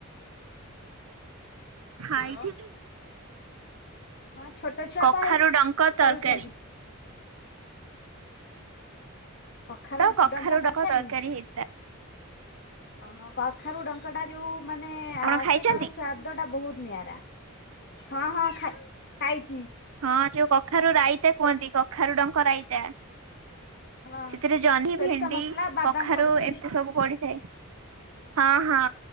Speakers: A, on the right; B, on the left.
A: ଖାଇଥିଲି
B: ହ୍ୟାଲୋ ହଁ ଛୋଟ ଛୁଆ
A: କଖାରୁ
B: ପା ହେଇ
A: ଡଙ୍କ ତରକାରୀ
B: ଖେଳୁଛନ୍ତି। କଖାରୁ
A: ତ କଖାରୁ
B: ଡଙ୍କ ତରକାରି।
A: <inaudible>
B: ଓହୋ କଖାରୁ ଡଙ୍କ ଟା ଯୋଉ ମାନେ
A: ଆପଣ
B: ଆସେ
A: ଖାଇଛନ୍ତି?
B: ତାର ସ୍ଵା ଦ ଟା ବହୁତ ନିଆରା ହଁ ହଁ ଖାଇଛି।
A: ହଁ ଯୋଉ କଖାରୁ ରାଇତା କୁହନ୍ତି କଖାରୁ ଡଙ୍କ ରାଇତା।
B: ହଁ
A: ସେଥିରେ ଜହ୍ନି
B: ସୋରିଷ
A: ଭେଣ୍ଡି
B: ମସଲା ବାଦାମ
A: କଖାରୁ
B: ପଡିକି
A: ଏମିତି ସବୁ ପଡିଥାଏ। ହଁ ହଁ